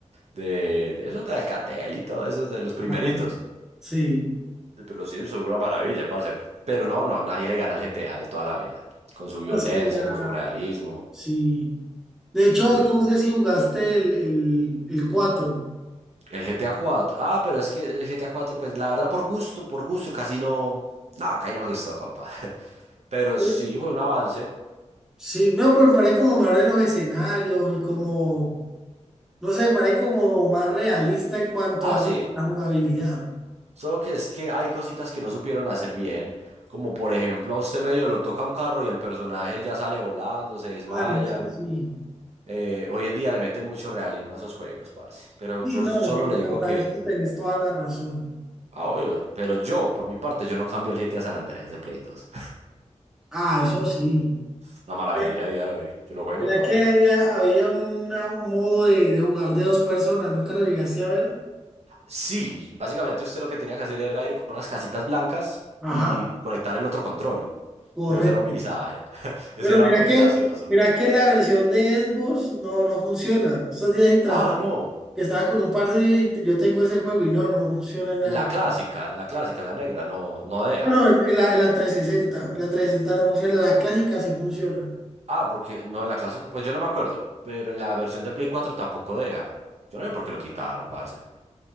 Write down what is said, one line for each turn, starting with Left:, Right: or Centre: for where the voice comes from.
Right: De, de esos de Alcatel y todo esos de los primeritos.
Centre: Ajá. Sí,
Right: Pero los Sims son una maravilla, parce. Pero no, no, nadie le gana al GTA de toda la vida. Con su violencia,
Centre: no, es que ya,
Right: con su realismo.
Centre: sí. De hecho,
Right: Pero yo,
Centre: no sé si jugaste el, el, el 4.
Right: el GTA 4. Ah, pero es que el GTA 4, pues la verdad, por gusto, por gusto, casi no. No, casi no me gustó, compa. Pero
Centre: Pues,
Right: sí, fue un avance.
Centre: Sí, no, pero me parece como mejor en los escenarios y como, No sé, parece como más realista en cuanto
Right: Ah,
Centre: a
Right: sí.
Centre: la jugabilidad.
Right: Solo que es que hay cositas que no supieron hacer bien. Como por ejemplo, a usted medio lo toca un carro y el personaje ya sale volando, se desmaya.
Centre: Ah, no, eso sí.
Right: Eh, hoy en día le meten mucho realismo a esos juegos, parce. Pero
Centre: Sí,
Right: yo
Centre: no,
Right: solo
Centre: eh, en
Right: le
Centre: cuanto
Right: digo que
Centre: a eso tenés toda la razón.
Right: Ah, obvio. Pero yo, por mi parte, yo no cambio el GTA San Andreas de Play 2.
Centre: Ah, eso sí.
Right: <laughs> Una maravilla
Centre: Eh,
Right: a día de hoy. Yo lo juego
Centre: Era
Right: todavía.
Centre: que había, había una- un modo de, de jugar de dos personas, nunca lo llegaste a ver.
Right: Sí, básicamente usted lo que tenía que hacer era ir con unas casitas blancas
Centre: Ajá,
Right: y conectar el otro control.
Centre: correcto.
Right: Pero eso era un visaje. <laughs> Eso
Centre: Pero
Right: era
Centre: mira
Right: muy
Centre: que,
Right: gracioso.
Centre: mira que la versión de Xbox no, no funciona. Estos días sí traté,
Right: Ah, no.
Centre: que estaba con un par de yo tengo ese juego y no, no funciona en nada.
Right: La clásica, en la clásica, en la negra, no, no deja.
Centre: Bueno, en en la, en la 360, la 360 no funciona, la clásica sí funciona.
Right: Ah, porque no en la clásica, pues yo no me acuerdo, pero en la versión de Play 4 tampoco deja. Yo no sé por qué lo quitaron, parce.